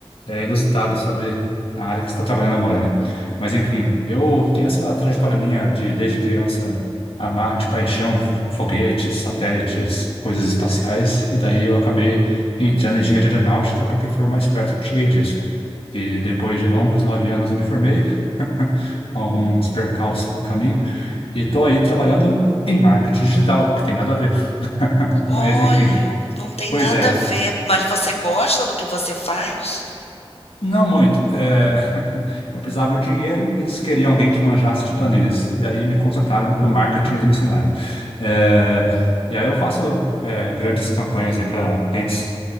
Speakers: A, on the left (about 65°); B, on the left (about 85°).
A: é, inusitado sobre a área que você está trabalhando agora, né? Mas enfim, eu tenho essa trajetória minha de desde criança amar de paixão foguetes, satélites, coisas espaciais, e daí eu acabei entrando em engenharia aeronáutica porque foi o mais perto que eu cheguei disso. E depois de longos nove anos eu me formei, <laughs> com alguns percalços pelo caminho, e estou aí trabalhando em marketing digital, que tem nada a ver <laughs>
B: Olha,
A: Mas enfim,
B: não tem
A: pois
B: nada
A: é.
B: a ver, mas você gosta do que você faz?
A: Não muito. É, <laughs> Eu precisava de dinheiro, eles queriam alguém que manjasse de planilhas. E aí me contrataram e o marketing eles me ensinaram. É, E aí eu faço é, grandes campanhas aí para clientes,